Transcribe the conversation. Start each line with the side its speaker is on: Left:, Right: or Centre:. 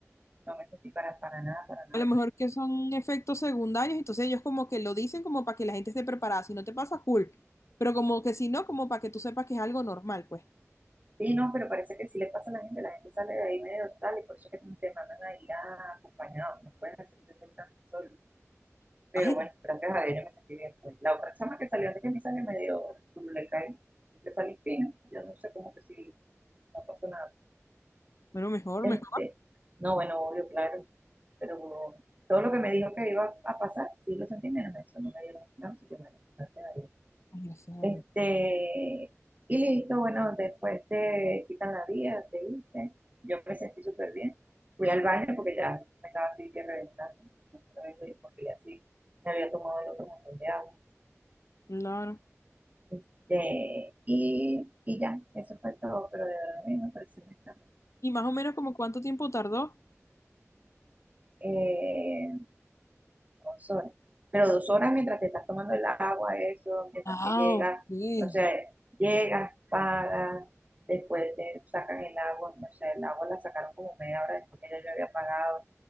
Right: no me sentí para, para nada, para nada.
Left: A lo mejor que son efectos secundarios, entonces ellos como que lo dicen como para que la gente esté preparada. Si no te pasa, cool. Pero como que si no, como para que tú sepas que es algo normal, pues.
Right: Sí, no, pero parece que si le pasa a la gente, la gente sale de ahí medio tal, y por eso que te mandan a ir acompañado, no puedes hacerte tan solo. Pero
Left: Ay,
Right: bueno, gracias a Dios yo me sentí bien. pues. La otra chama que salió antes que me salió medio turuleca y yo salí fino Yo no sé cómo que si no pasó nada.
Left: pero mejor,
Right: Este,
Left: mejor.
Right: no, bueno, obvio, claro. Pero todo lo que me dijo que iba a pasar, sí lo sentí menos. Eso no me dieron nada, así que bueno, gracias a Dios.
Left: Ay, gracias a
Right: Este,
Left: Dios.
Right: y listo, bueno, después te quitan la vía, te viste. Yo me sentí súper bien. Fui al baño porque ya me estaba así que reventando. Porque ya sí me había tomado el otro montón de agua.
Left: Claro.
Right: Este, y, y ya, eso fue todo, pero de verdad a mí me pareció muy tarde.
Left: ¿Y más o menos como cuánto tiempo tardó?
Right: Eh, dos horas. Pero dos horas mientras te estás tomando el agua, eso, mientras
Left: Ah,
Right: que llegas,
Left: ok.
Right: no sé, llegas, pagas, después te sacan el agua, no sé, el agua la sacaron como media hora después que ya yo había pagado,